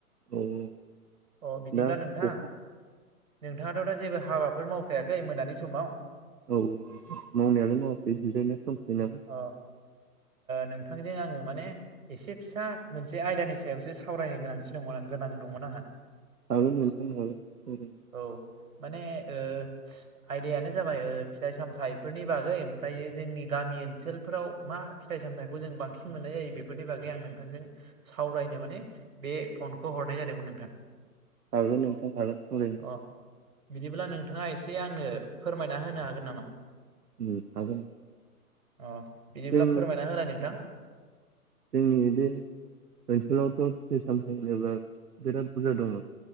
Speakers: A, on the right; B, on the right.
A: औ
B: अ बिदिब्ला
A: दा
B: नोंथां
A: अखा
B: नोंथाङाथ' दा जेबो हाबाफोर मावखायाखै मोनानि समाव
A: औ मावनायालाय मावाखै जिरायनासो दंथ'यो नालाय
B: अ नोंथांजों आङो माने एसे फिसा मोनसे आयदानि सायावसो सावरायनो गोनांथि दङ गोनां दंमोन आंहा
A: हागोन नोंथां हागोन सावरायनो
B: औ माने ओ आयदायानो जाबाय फिथाइ सामथाइफोरनि बागै ओमफ्राय जोंनि गामि ओन ओनसोलफोराव मा फिथाइ सामथाइखौ जों बांसिन मोननाय जायो बेफोरनि बागै आं नोंथांजों सावरायनो माने बे फनखौ हरनाय जादोंमोन नोंथां
A: हागोन नोंथां हागोन सावरायनो
B: अ बिदिब्ला नोंथाङा एसे आंनो फोरमायना होनो हागोन नामा
A: ओ हागोन
B: अ बिदिब्ला
A: जों
B: फोरमायना होलाय नोंथां
A: जोंनि बे ओनसोलावथ फिथाइ सामथ होनोब्ला बिराद बुरजा दङ